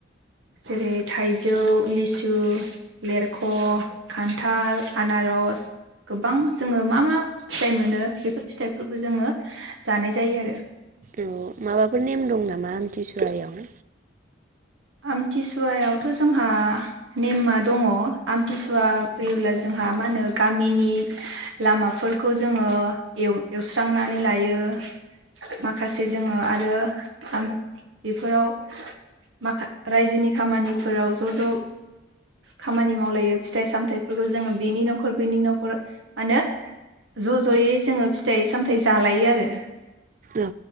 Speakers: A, on the right; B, on the right.
A: जेरै थाइजौ लिसु लेरख खान्थाल आनारस गोबां जोङो मा मा फिथाइ मोनो बेफोर फिथाइफोरखौ जोङो जानाय जायो आरो।
B: ओम माबाफोर नेम दं नामा आमथिसुआयाव?
A: आमथिसुवायावथ जोंहा नेममा दङ ‌। आमथिसुआ फैयोब्ला जों जोंहा मा होनो गामिनि लामाफोरखौ जोङो एवस्रांनानै लायो माखासे जोङो आरो <unintelligible> बेफोराव माखा रायजोनि खामानिफोराव ज ज खामानि मावलायो फिथाइ सामथाइफोरखौ जोङो बेनि नखर बेनि नखर मा होनो ज जयै जोङो फिथाइ सामथाइ जालायो आरो।
B: ओं